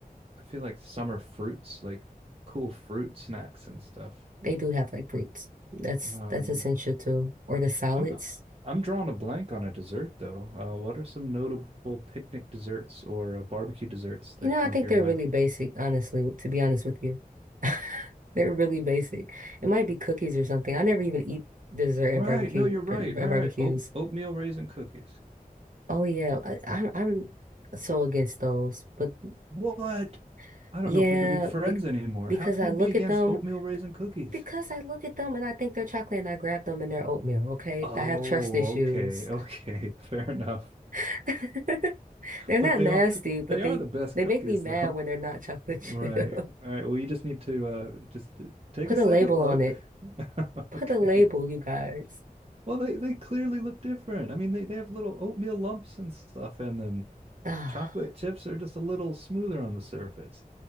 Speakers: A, on the right (about 40°); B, on the right (about 60°).
A: I feel like summer fruits, like cool fruit snacks and stuff.
B: They do have like fruits. That's
A: Um,
B: that's essential too. Or the salads.
A: I'm I'm drawing a blank on a dessert though. Uh, what are some notable picnic desserts or uh, barbecue desserts
B: You
A: that
B: know,
A: come
B: I think
A: to your
B: they're
A: mind?
B: really basic, honestly, to be honest with you. <laughs> They're really basic. It might be cookies or something. I never even eat dessert
A: Right,
B: at barbecue
A: no, you're right.
B: at
A: Right,
B: barbecues.
A: right. Oat, oatmeal raisin cookies.
B: Oh yeah, I, I'm I'm so against those. But
A: What?
B: <laughs>
A: I don't
B: yeah,
A: know if we can be friends
B: be,
A: anymore.
B: because
A: How can
B: I
A: you
B: look
A: be against
B: at them,
A: oatmeal raisin cookies?
B: because I look at them and I think they're chocolate and I grab them and they're oatmeal, okay?
A: Oh,
B: I have trust issues.
A: okay, okay, <laughs> fair enough.
B: <laughs> They're not
A: But they
B: nasty,
A: are pr-
B: but
A: they
B: they
A: are the best
B: they
A: cookies
B: make me mad
A: though.
B: when they're
A: <laughs>
B: not chocolate
A: Right.
B: chip.
A: All right. Well, you just need to uh just
B: <laughs>
A: take
B: Put
A: a second
B: a label
A: look.
B: on it.
A: <laughs>
B: Put
A: Okay.
B: a label, you guys.
A: Well, they they clearly look different. I mean, they they have little oatmeal lumps and stuff in them.
B: Ah,
A: Chocolate chips are just a little smoother on the surface.